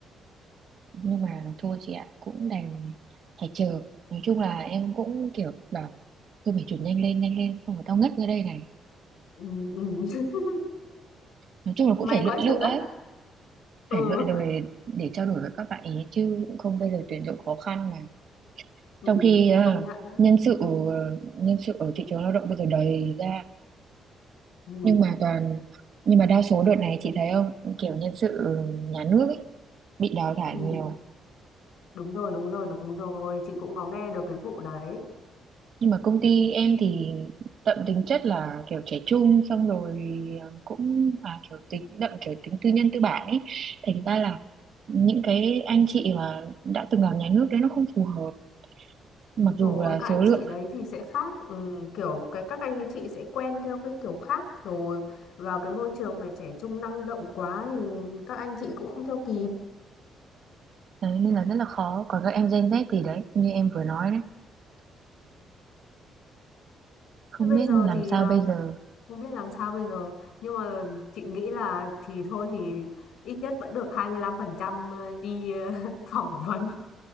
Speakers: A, on the right; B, on the left.
A: nhưng mà thôi chị ạ cũng đành phải chờ nói chung là em cũng kiểu bảo thôi mày chụp nhanh lên nhanh lên không có tao ngất ra đây này
B: Ừ, ừ. <laughs>
A: nói chung là cũng
B: May
A: phải lựa
B: quá chưa
A: lựa
B: ngất.
A: ấy
B: Ừ,
A: phải lựa lời để trao đổi với các bạn ý chứ không bây giờ tuyển dụng khó khăn mà
B: ừ,
A: trong khi à,
B: công nhận đấy.
A: nhân sự ờ, nhân sự ở thị trường lao động bây giờ đầy ra
B: Ừ,
A: nhưng mà toàn nhưng mà đa số đợt này chị thấy không kiểu nhân sự nhà nước ấy, bị đào thải
B: ừ,
A: nhiều
B: đúng rồi, đúng rồi, đúng rồi, chị cũng có nghe được cái vụ đấy.
A: nhưng mà công ty em thì đậm tính chất là kiểu trẻ trung xong rồi à, cũng là kiểu tính đậm kiểu tính tư nhân tư bản ấy thành ra là những cái anh chị mà đã từng làm nhà nước đấy nó không phù hợp mặc
B: Đúng rồi,
A: dù là
B: các
A: số
B: anh
A: lượng
B: chị đấy thì sẽ khác, ừ, kiểu cái các anh chị sẽ quen theo cái kiểu khác rồi vào cái môi trường mà trẻ trung năng động quá thì các anh chị cũng không theo kịp.
A: Đấy, nên là rất là khó. Còn các em Gen Z thì đấy, như em vừa nói đấy, không
B: Thế bây
A: biết
B: giờ
A: làm
B: thì
A: sao
B: ờ,
A: bây giờ.
B: không biết làm sao bây giờ, nhưng mà chị nghĩ là thì thôi thì ít nhất vẫn được 25% ờ, đi ờ, <laughs> phỏng vấn